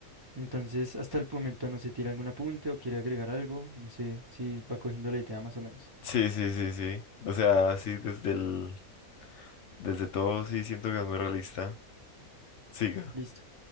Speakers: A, on the right (about 35°); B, on the left (about 65°).
A: Entonces, hasta el momento no se tiene algún apunte o quiere agregar algo. No sé si va cogiendo la idea más o menos.
B: Sí, sí, sí, sí. O sea, sí, desde el, desde todo sí siento que es muy realista. Siga.
A: Listo.